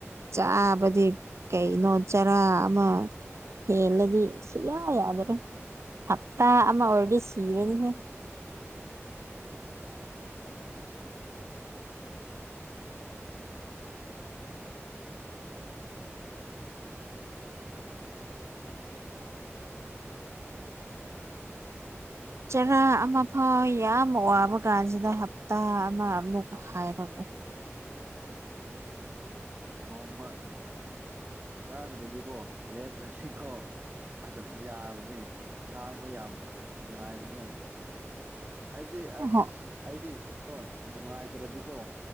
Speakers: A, on the right; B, on the right.
A: ꯆꯥꯕꯗꯤ ꯀꯩꯅꯣ ꯆꯔꯥ ꯑꯃ ꯍꯦꯂꯗꯤ ꯁꯌꯥ ꯌꯥꯗ꯭ꯔꯣ ꯍꯞꯠꯇ ꯑꯃꯃ ꯑꯣꯔꯁꯤ ꯀꯕꯅꯤ ꯆꯔꯥ ꯑꯃ ꯐꯥꯎ ꯌꯥꯝ ꯋꯥꯕ ꯀꯥꯟꯁꯤꯗ ꯍꯞꯇꯥ ꯑꯃ ꯂ ꯍꯥꯏꯔꯦ
B: ꯅꯣꯡꯃ ꯆꯥꯗ꯭ꯔꯅꯤꯀꯣ ꯂꯦꯞ꯭ꯔꯅꯤꯀꯣ ꯑꯗꯨꯝ ꯌꯥꯕꯅꯦ ꯈꯥꯡꯕ ꯌꯥꯝ ꯅꯨꯡꯉꯥꯏꯕꯅꯦ ꯑꯩꯗꯤ ꯑꯁ
A: ꯑꯍꯣ
B: ꯑꯩꯗꯤ ꯀ ꯅꯨꯡꯉꯥꯏꯇ꯭ꯔꯗꯤꯀꯣ